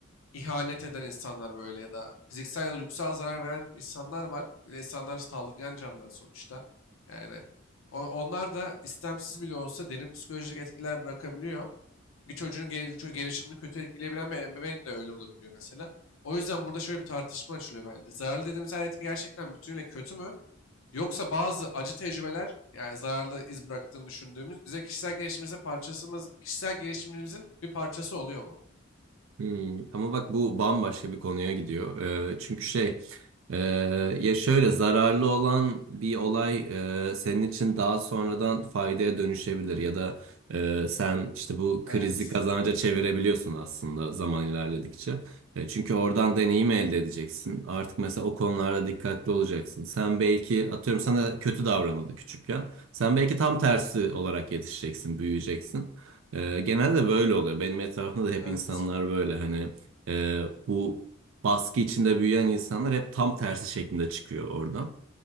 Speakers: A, on the left (about 80°); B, on the right (about 70°).
A: ihanet eden insanlar böyle ya da fiziksel ya da duygusal zarar veren insanlar var. Böyle insanlar saldırgan canlılar sonuçta. Yani o- onlar da istemsiz bile olsa derin psikolojik etkiler bırakabiliyor. Bir çocuğun gel- ço- gelişimini kötü etkileyebilen bir ebeveyn de öyle olabiliyor mesela. O yüzden burada şöyle bir tartışma açılıyor bence. Zararlı dediğimiz her etki gerçekten bütünüyle kötü mü? Yoksa bazı acı tecrübeler yani zararlı iz bıraktığını düşündüğümüz bize kişisel gelişimimize parçasımız, kişisel gelişimimizin bir parçası oluyor mu?
B: Hmm, ama bak bu bambaşka bir konuya gidiyor. Ee, çünkü şey e, ya şöyle zararlı olan bir olay e, senin için daha sonradan faydaya dönüşebilir ya da e, sen işte bu
A: Evet.
B: krizi kazanca çevirebiliyorsun aslında zaman ilerledikçe. E, çünkü oradan deneyim elde edeceksin. Artık mesela o konularda dikkatli olacaksın. Sen belki atıyorum sana kötü davranıldı küçükken. Sen belki tam tersi olarak yetişeceksin, büyüyeceksin. Ee, genelde böyle oluyor. Benim etrafımda da hep
A: Evet.
B: insanlar böyle hani e, bu baskı içinde büyüyen insanlar hep tam tersi şeklinde çıkıyor oradan.